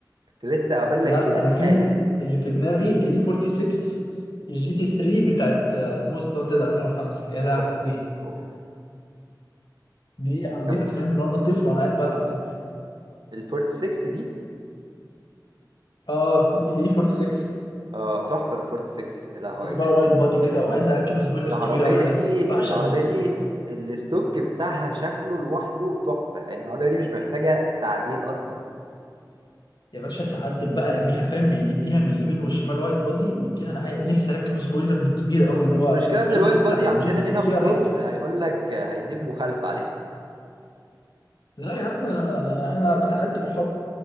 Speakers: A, on the right; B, on the left.
A: كنت لسه هقول
B: لا
A: لك كده
B: انا
A: حالا
B: في اللي في دماغي الاي 46 الجي تي 3 بتاعت موست وانتد 2005 يا لهوي
A: اوف اوف
B: دي عربيه
A: جامدة
B: احلامي من وانا طفل وانا قاعد بلعب
A: الفورت 6 دي
B: اه 40 ليه 46
A: اه تحفة الفورت 6 يا لهوي
B: هي
A: يا
B: بقى
A: جدعان
B: وايد بادي كده وعايز اركب سبويلر
A: العربية
B: كبير قوي عليها
A: دي
B: بعشق
A: العربية
B: السبويلرات
A: دي الستوك بتاعها شكله لوحده تحفة يعني العربية دي مش محتاجة تعديل أصلا
B: يا باشا تعدل بقى ارميها فاهم من اديها من اليمين والشمال وايد بادي واديها انا عاي- نفسي اركب سبويلر من الكبير قوي اللي هو
A: المشكلة إن
B: شفت
A: الوايت
B: بتاع
A: بادي
B: الجي
A: عندنا هنا
B: تي 3
A: في مصر
B: ار اس
A: هيقول لك هيديك مخالفة عليه
B: لا يا عم آه، انا بتعدي بالحب